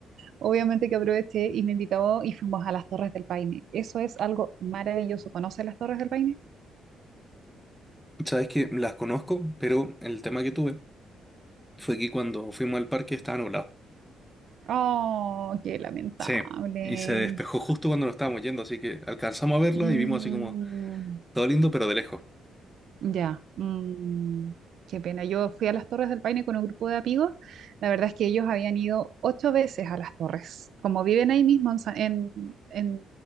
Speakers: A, on the right; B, in the centre.
A: obviamente que aproveché y me invitó y fuimos a las Torres del Paine. Eso es algo maravilloso. ¿Conoces las Torres del Paine?
B: Sabes que las conozco, pero el tema que tuve fue que cuando fuimos al parque estaba nublado.
A: Oh, qué lamentable.
B: Sí. Y se despejó justo cuando nos estábamos yendo, así que alcanzamos a verla
A: Mm.
B: y vimos así como todo lindo, pero de lejos.
A: Ya, mm, qué pena. Yo fui a las Torres del Paine con un grupo de amigos. La verdad es que ellos habían ido ocho veces a las Torres. Como viven ahí mismo en, Sa- en- en